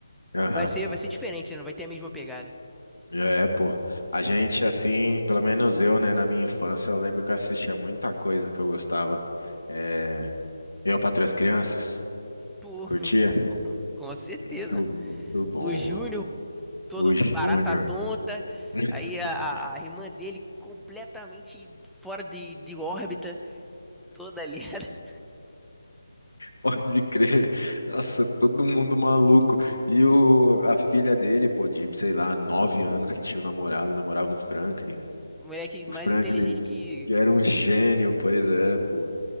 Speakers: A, on the left (about 65°); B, in the centre.
A: aham.
B: vai ser, vai ser diferente, né? Não vai ter a mesma pegada.
A: É, pô. A gente, assim, pelo menos eu, né, na minha infância, eu lembro que eu assistia muita coisa que eu gostava. É, Eu, para três Crianças,
B: Pô,
A: curtia?
B: muito bom, <laughs> com certeza.
A: Muito, muito bom,
B: O Júnior,
A: mano.
B: todo
A: O Júnior.
B: barata tonta,
A: <laughs>
B: aí a, a- a irmã dele completamente fora de, de órbita, toda ali. <laughs>
A: Pode crer. Nossa, todo mundo maluco. E o, a filha dele, pô, de, sei lá, nove anos que tinha um namorado, namorava o Franklin.
B: Moleque
A: O
B: mais
A: Franklin,
B: inteligente que.
A: que era um gênio, pois é, pô.